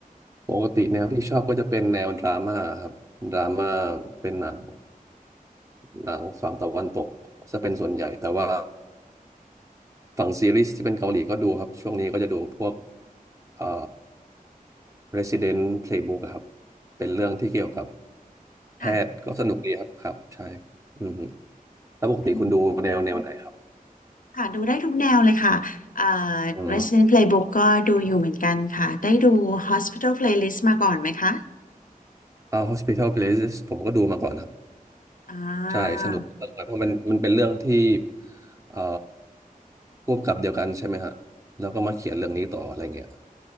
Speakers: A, on the right (about 20°); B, on the left (about 65°).
A: ปกติแนวที่ชอบก็จะเป็นแนวดราม่าครับดราม่าเป็นหนังหนังฝั่งตะวันตกจะเป็นส่วนใหญ่แต่ว่า ฝั่งซีรีส์ที่เป็นเกาหลีก็ดูครับช่วงนี้ก็จะดูพวกเอ่อ Resident Playbook อะครับเป็นเรื่องที่เกี่ยวกับแพทย์ก็สนุกดีครับครับใช่
B: ค่ะ
A: อืมแล้วปกติคุณดูแนวแนวไหนครับ
B: เป็นค่ะดูได้ทุกแนวเลยค่ะเอ่อ
A: อืม
B: Resident Playbook ก็ดูอยู่เหมือนกันค่ะได้ดู Hospital Playlist มาก่อนไหมคะ
A: อ่า Hospital Playlist ผมก็ดูมาก่อนครับ
B: อ่
A: ใช่สนุกเออเพราะมันมันเป็นเรื่องที่
B: า
A: เอ่อร่วมกับเดียวกันใช่ไหมฮะแล้วก็มาเขียนเรื่องนี้ต่ออะไรเงี้ย